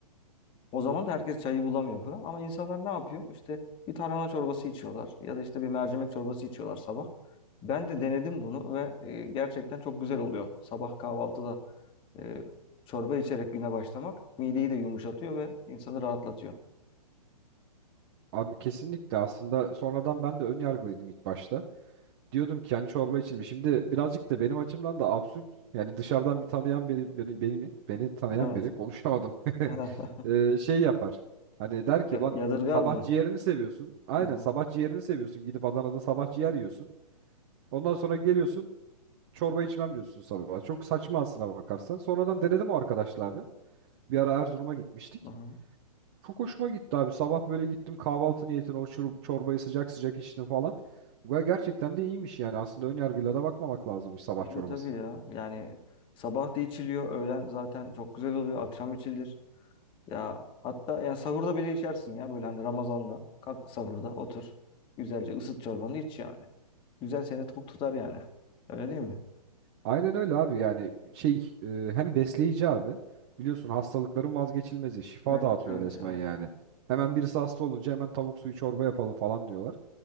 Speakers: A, on the left; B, on the right.
A: O zaman da herkes çayı bulamıyor falan. Ama insanlar ne yapıyor? İşte bir tarhana çorbası içiyorlar ya da işte bir mercimek çorbası içiyorlar sabah. Ben de denedim bunu ve e, gerçekten çok güzel oluyor. Sabah kahvaltıda e, çorba içerek güne başlamak mideyi de yumuşatıyor ve insanı rahatlatıyor.
B: Abi kesinlikle aslında sonradan ben de ön yargılıydım ilk başta. diyordum ki hani çorba içilmiş. Şimdi birazcık da benim açımdan da absürt. Yani dışarıdan bir tanıyan biri beni beni mi? Beni tanıyan
A: Evet.
B: biri konuşamadım.
A: <laughs>
B: <laughs> Ee, şey yapar. Hani der ki lan
A: Yadırgar
B: sabah
A: mı?
B: ciğerini seviyorsun. Aynen
A: Hı hı.
B: sabah ciğerini seviyorsun. Gidip Adana'da sabah ciğer yiyorsun. Ondan sonra geliyorsun çorba içmem diyorsun sabah. Çok saçma aslına bakarsan. Sonradan denedim o arkadaşla abi. Bir ara Erzurum'a gitmiştik.
A: hı hı.
B: Çok hoşuma gitti abi. Sabah böyle gittim kahvaltı niyetine o şurup, çorbayı sıcak sıcak içtim falan. Ve gerçekten de iyiymiş yani. Aslında ön yargıyla da bakmamak lazımmış sabah
A: Tabii
B: çorbasına.
A: tabii ya. Yani sabah da içiliyor, öğlen zaten çok güzel oluyor, akşam içilir. Ya hatta ya sahurda bile içersin ya böyle hani Ramazan'da. Kalk sahurda otur. Güzelce ısıt çorbanı iç yani. Güzel seni tok tutar yani. Öyle değil mi?
B: Aynen öyle abi yani şey e, hem besleyici abi. Biliyorsun hastalıkların vazgeçilmezi. Şifa
A: Evet
B: dağıtıyor
A: evet
B: resmen
A: ya.
B: yani. Hemen birisi hasta olunca hemen tavuk suyu çorba yapalım falan diyorlar.